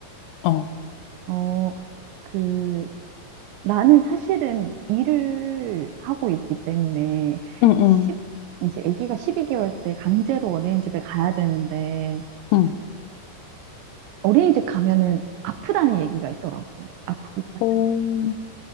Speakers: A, on the left; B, on the right.
A: 어.
B: 어, 그, 나는 사실은 일을 하고 있기 때문에
A: 응, 응,
B: 10, 이제 아기가 12개월 때 강제로 어린이집에 가야 되는데,
A: 응.
B: 어린이집 가면은 아프다는 얘기가 있더라고. 아프기 시작.
A: 어,